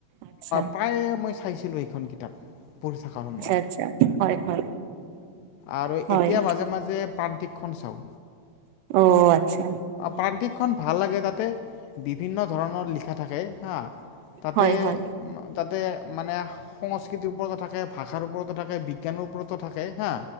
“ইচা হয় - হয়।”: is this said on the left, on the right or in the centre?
Right